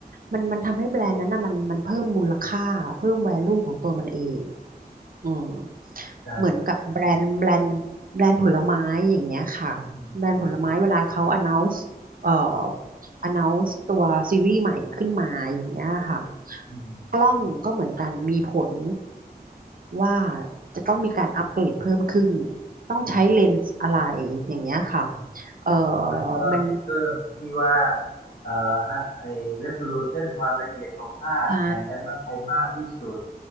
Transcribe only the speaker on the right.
มันมันทำให้แบรนด์นั้นนะมันมันเพิ่มมูลค่าเพิ่มแวลูของตัวมันเองอืม
เหมือนกับแบรนด์แบรนด์แบรนด์ผลไม้อย่างเงี้ยค่ะแบรนด์ผลไม้เวลาเขา
announce เอ่อ announce ตัวซีรีส์ใหม่ขึ้นมาอย่างเงี้ยค่ะ
กล้องก็เหมือนกันมีผลว่าจะต้องมีการอัปเกรดเพิ่มขึ้นต้องใช้เลนส์อะไร
อย่างเงี้ยค่ะ
เอ่อ
มัน
ใช่